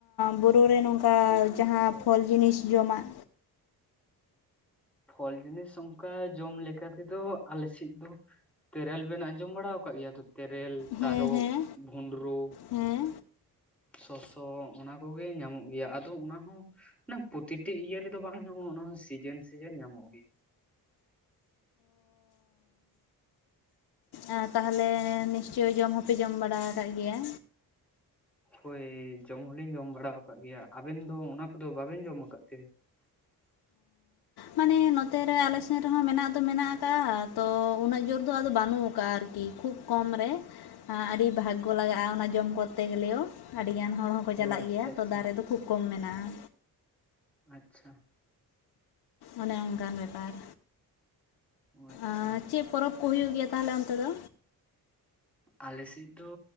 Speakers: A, on the left; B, in the centre.
A: ᱵᱩᱨᱩ ᱨᱮ ᱱᱚᱝᱠᱟ ᱡᱟᱦᱟᱸ ᱯᱷᱚᱞ ᱡᱤᱱᱤᱥ ᱡᱚᱢᱟᱜ?
B: ᱯᱷᱚᱞ ᱡᱤᱱᱤᱥ ᱚᱱᱠᱟ ᱡᱚᱢ ᱞᱮᱠᱟ ᱛᱮᱫᱚ ᱟᱞᱮᱥᱮᱫ ᱫᱚ ᱛᱮᱨᱮᱞ ᱵᱮᱱ ᱟᱸᱡᱚᱢ ᱵᱟᱲᱟᱣ ᱠᱟᱜ ᱜᱮᱭᱟ ᱛᱚ ᱛᱮᱨᱮᱞ ᱛᱟᱨᱚᱠ
A: ᱦᱮᱸ ᱦᱮᱸ
B: ᱵᱷᱩᱸᱰᱨᱩ?
A: ᱦᱮᱸ
B: ᱥᱚᱥᱚᱥᱚ ᱚᱱᱟ ᱠᱚᱜᱮ ᱧᱟᱢᱚᱜ ᱜᱮᱭᱟ ᱟᱫᱚ ᱚᱱᱟ ᱦᱚᱸ ᱚᱱᱟ ᱯᱨᱚᱛᱤᱴᱤ ᱤᱭᱟᱹ ᱨᱮᱫᱚ ᱵᱟᱝ ᱧᱟᱢᱚᱜᱼᱟ ᱚᱱᱟ ᱦᱚᱸ ᱥᱤᱡᱮᱱ ᱥᱤᱡᱮᱱ ᱧᱟᱢᱚᱜ ᱜᱮ᱾ <inaudible>
A: ᱟ ᱛᱟᱦᱚᱞᱮ ᱱᱤᱥᱪᱳᱭ ᱡᱚᱢ ᱦᱚᱸᱯᱮ ᱡᱚᱢ ᱵᱟᱲᱟᱣ ᱠᱟᱜ ᱜᱮᱭᱟ᱾
B: ᱦᱳᱭ ᱡᱚᱢ ᱦᱚᱞᱤᱧ ᱡᱚᱢ ᱵᱟᱲᱟᱣ ᱠᱟᱜ ᱜᱮᱭᱟ ᱟᱵᱮᱱ ᱫᱚ ᱚᱱᱟ ᱠᱚᱫᱚ ᱵᱟᱵᱮᱱ ᱡᱚᱢ ᱟᱠᱟᱫ ᱛᱮ? <inaudible>
A: ᱢᱟᱱᱮ ᱱᱚᱛᱮ ᱨᱮ ᱟᱞᱮ ᱥᱮᱱ ᱨᱮᱦᱚᱸ ᱢᱮᱱᱟᱜ ᱫᱚ ᱢᱮᱱᱟᱜ ᱟᱠᱟᱜᱼᱟ ᱛᱚ ᱩᱱᱟᱹᱜ ᱡᱳᱨ ᱫᱚ ᱟᱫᱚ ᱵᱟᱹᱱᱩᱜ ᱠᱟᱜᱼᱟ ᱟᱨᱠᱤ᱾ ᱠᱷᱩᱵ ᱠᱚᱢ ᱨᱮ ᱟᱹᱰᱤ ᱵᱷᱟᱜᱜᱚ ᱞᱟᱜᱟᱜᱼᱟ ᱚᱱᱟ ᱡᱚᱢ ᱠᱚᱨᱛᱮ ᱜᱮᱞᱮᱣ ᱟᱹᱰᱤᱜᱟᱱ ᱦᱚᱲ ᱦᱚᱸ ᱠᱚ
B: ᱚ
A: ᱪᱟᱞᱟᱜ
B: ᱟᱪᱪᱷᱟ
A: ᱜᱮᱭᱟ
B: ᱟᱪᱪᱷᱟ
A: ᱛᱚ ᱫᱟᱨᱮ ᱫᱚ ᱠᱷᱩᱵ ᱠᱚᱢ ᱢᱮᱱᱟᱜᱼᱟ᱾
B: ᱟᱪᱪᱷᱟ᱾
A: ᱚᱱᱮ ᱚᱱᱠᱟᱱ ᱵᱮᱯᱟᱨ,
B: ᱚ ᱟᱪᱪᱷᱟ
A: ᱟᱨ ᱪᱤᱫ ᱯᱚᱨᱚᱵ? ᱠᱩ ᱦᱩᱭᱩᱜ ᱜᱮᱭᱟ ᱛᱟᱦᱚᱞᱮ ᱚᱱᱛᱮ ᱫᱚ?
B: ᱟᱞᱮᱥᱮᱫ ᱫᱚ